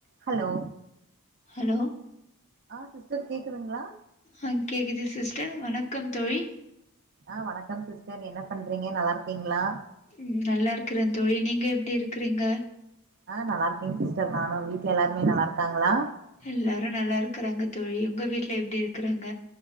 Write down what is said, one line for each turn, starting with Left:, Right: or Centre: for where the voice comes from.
Right: hello
Left: hello
Right: ஆ sister கேக்குதுங்ளா
Left: ஆ கேக்குது சிஸ்டர் வணக்கம் தோழி
Right: ஆ வணக்கம் சிஸ்டர் என்ன பண்றீங்க நல்லா இருக்கீங்ளா
Left: ம் நல்லா இருக்கிறேன் தோழி நீங்க எப்டி இருக்குறீங்க
Right: ஆ நல்லாருக்கேங் சிஸ்டர் நானு வீட்ல எல்லாருமே நல்லா இருக்காங்ளா
Left: எல்லாரோம் நல்லா இருக்கறாங்க தோழி உங்க வீட்ல எப்டி இருக்குறாங்க